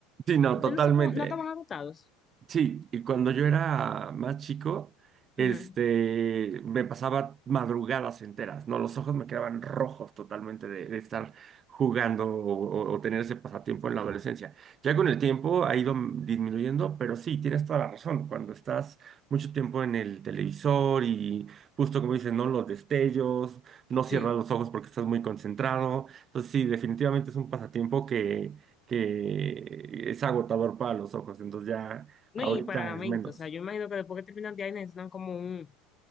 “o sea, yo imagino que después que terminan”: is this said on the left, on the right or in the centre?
Left